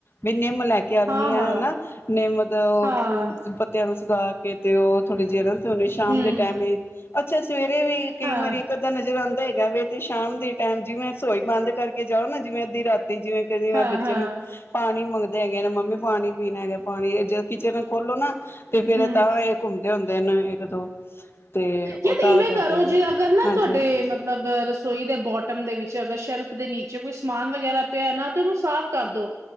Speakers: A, on the left; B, on the right.
A: ਨੀਮ ਲੈ ਕੇ ਆਨੀ
B: ਹਾਂ
A: ਆ
B: ਹਾਂ
A: ਹਨਾ। ਨਿੰਮ ਦੇ ਉਹ
B: ਹਾਂ
A: ਪੱਤੇ ਨੂੰ ਸੁਗਾ ਕੇ ਤੇ ਉਹ ਥੋੜ੍ਹੀ ਜਿਹੀ ਤੇ ਹੂਨੇ ਸ਼ਾਮ
B: ਹੂੰ
A: ਦੇ ਟੈਮ ਅੱਛਾ ਅੱਛ ਸਵੇਰੇ ਵੀ ਕਈ
B: ਹਾਂ
A: ਵਾਰੀ ਇੱਕ ਅੱਧਾ ਨਜ਼ਰ ਆ ਹੈਗਾ ਵੀ ਤੇ ਸ਼ਾਮ ਦੇ ਟਾਈਮ ਜਿਵੇਂ ਰਸੋਈ ਬੰਦ ਕਰਕੇ ਜਾਓ ਨਾ ਜਿਵੇਂ ਅੱਧੀ ਰਾਤ ਜਿਵੇਂ ਕਹਿੰਦੇ
B: ਹਾਂ
A: ਆ ਬੱਚੇ
B: ਹਾਂ
A: ਨੂੰ ਪਾਣੀ ਮੰਗ ਦੇ ਹੈਗੇ ਨੇ ਮੰਮੀ ਪਾਣੀ ਪੀਣਾ ਹੈਗਾ। ਪਾਣੀ ਜੇ ਕਿਚਨ ਖੋਲੋ ਨਾ ਤੇ ਫੇਰ
B: ਹਮ
A: ਤਾਂ ਇਹ ਘੁੰਮਦੇ ਹੁੰਦੇ ਨੇ ਇੱਕ ਦੋ ਤੇ ਉਹ
B: ਯ ਤੇ
A: ਤਾਂ
B: ਇਵੇਂ
A: ਕਰਕੇ
B: ਕਰੋ
A: ਨੇ
B: ਜੇ ਅਗਰ ਨਾ
A: ਹਾਂਜੀ
B: ਤੁਹਾਡੇ ਮਤਲਬ ਰਸੋਈ ਦੇ ਬੋਟਮ ਦੇ ਵਿੱਚ ਅਗਰ ਸ਼ੈਲਫ ਦੇ ਨੀਚੇ ਕੁਛ ਸਮਾਨ ਵ ਵਗੈਰਾ ਪਿਆ ਨਾ ਤੇ ਉਹਨੂੰ ਸਾਫ਼ ਕਰ ਦੋ